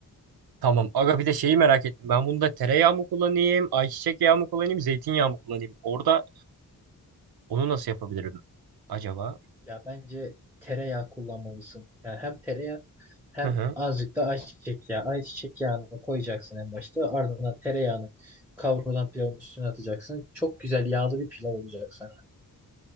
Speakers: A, on the right; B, in the centre.
A: Tamam. Aga bir de şeyi merak ettim. Ben bunda tereyağı mı kullanayım, ayçiçek yağı mı kullanayım, zeytinyağı mı kullanayım? Orada onu nasıl yapabilirim acaba?
B: Ya bence tereyağı kullanmalısın. Yani hem tereyağı hem
A: Hı hı.
B: azıcık da ayçiçek yağı. Ayçiçek yağını koyacaksın en başta. Ardından tereyağını kavrulan pilavın üstüne atacaksın. Çok güzel yağlı bir pilav olacak sana.